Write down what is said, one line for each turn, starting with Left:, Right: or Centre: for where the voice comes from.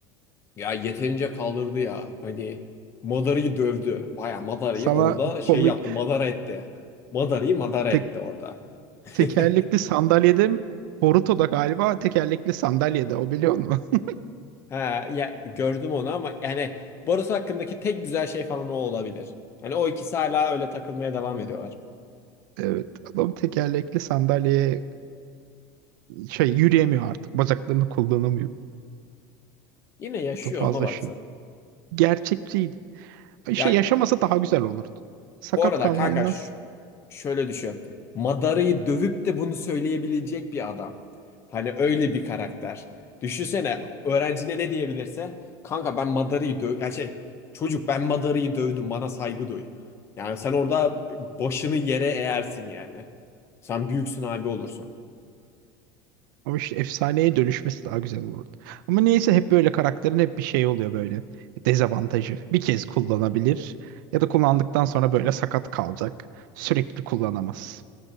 Left: Ya yeterince kaldırdı ya. Hani Madara'yı dövdü. Baya Madara'yı
Right: Sana
Left: orada
Right: komik
Left: şey yaptı. Madara etti. Madara'yı Madara
Right: tek,
Left: etti orada. <laughs>
Right: tekerlekli sandalyede mi? Boruto'da galiba tekerlekli sandalyede o biliyor musun? <laughs>
Left: Ha ya gördüm onu ama yani Barış hakkındaki tek güzel şey falan o olabilir. Hani o ikisi hala öyle takılmaya devam ediyorlar.
Right: Evet adam tekerlekli sandalyeye şey yürüyemiyor artık bacaklarını kullanamıyor.
Left: Yine yaşıyor
Right: O da fazla
Left: ona baksın.
Right: şey. Gerçekçiydi. İşte
Left: Ya
Right: yaşamasa daha güzel olurdu. Sakat
Left: Bu arada
Right: kalmayından
Left: kanka ş- şöyle düşün. Madara'yı dövüp de bunu söyleyebilecek bir adam. Hani öyle bir karakter. Düşünsene öğrencine ne diyebilirse. Kanka ben Madara'yı döv... Ya şey çocuk ben Madara'yı dövdüm bana saygı duy. Yani sen orada başını yere eğersin yani. Sen büyüksün abi olursun.
Right: Ama işte efsaneye dönüşmesi daha güzel olurdu. Ama neyse hep böyle karakterin hep bir şey oluyor böyle. Dezavantajı. Bir kez kullanabilir ya da kullandıktan sonra böyle sakat kalacak. Sürekli kullanamaz.